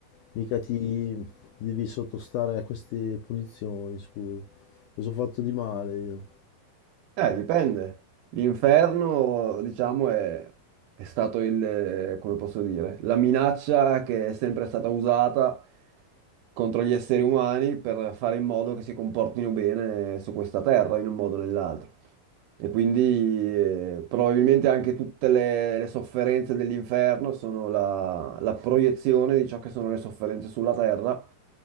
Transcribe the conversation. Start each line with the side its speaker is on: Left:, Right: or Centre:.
Left: mica ti devi sottostare a queste punizioni, scusa. Cosa ho fatto di male io?
Right: Eh, dipende. L'inferno, diciamo, è, è stato il, eh, come posso dire, la minaccia che è sempre stata usata contro gli esseri umani per fare in modo che si comportino bene su questa terra, in un modo o nell'altro. E quindi eh, probabilmente anche tutte le, le sofferenze dell'inferno sono la, la proiezione di ciò che sono le sofferenze sulla terra,